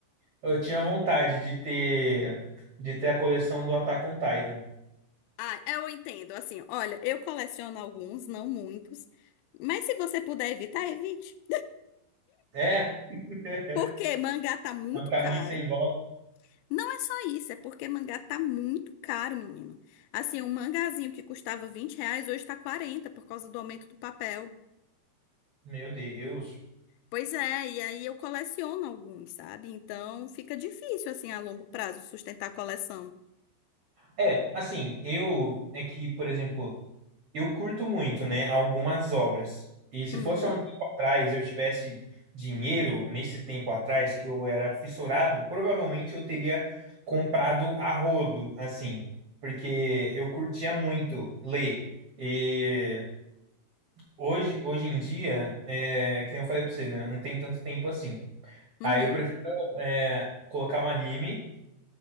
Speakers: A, on the right; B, on the left.
A: Eu tinha vontade de ter de ter a coleção do Attack on Titan.
B: Ah, eu entendo. Assim, olha, eu coleciono alguns, não muitos. Mas se você puder evitar, evite.
A: É, <laughs>
B: Porque
A: é
B: mangá tá muito
A: um caminho
B: caro.
A: sem volta.
B: Não é só isso, é porque mangá tá muito caro, menino. Assim, um mangazinho que custava 20 reais hoje tá 40 por causa do aumento do papel.
A: Meu Deus.
B: Pois é, e aí eu coleciono alguns, sabe? Então fica difícil, assim, a longo prazo sustentar a coleção.
A: É, assim, eu é que, por exemplo, Eu curto muito, né, algumas obras. E se
B: Uhum,
A: fosse há um tempo atrás, eu tivesse dinheiro nesse tempo atrás que eu era fissurado, provavelmente eu teria comprado a rodo, assim, porque eu curtia muito ler. E hoje, hoje em dia, é, que nem eu falei pra você, né, não tem tanto tempo assim.
B: uhum,
A: Aí eu prefiro é, colocar um anime